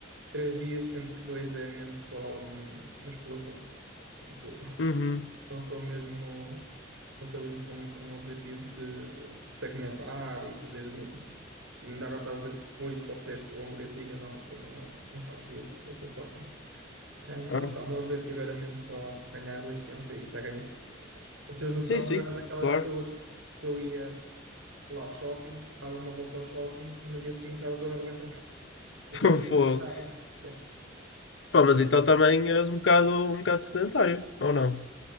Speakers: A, on the right (about 90°); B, on the left (about 65°).
A: três dias, sendo que dois é mesmo só hum, musculação. Portanto,
B: Uhum.
A: <laughs> não estou mesmo, não estou mesmo com, com objetivos de segmentar e fazer. Ainda agora estavas a dizer que hoje só fizeste o ombro e assim, eu não, eu não, eh, não faço isso dessa forma. Ahm,
B: Ah,
A: lá está, o meu objetivo era mesmo só ganhar resistência e já ganhei, porque para teres noção,
B: sim, sim,
A: eu era daquelas
B: claro.
A: pessoas que eu ia, sei lá, ao shopping, dava uma volta ao shopping e no dia seguinte estava toda arrebentada, <laughs> outra
B: <laughs>
A: vez como
B: Fogo.
A: é que eu estava. Yeah.
B: Pá, mas então também eras um bocado, um bocado sedentário, ou não?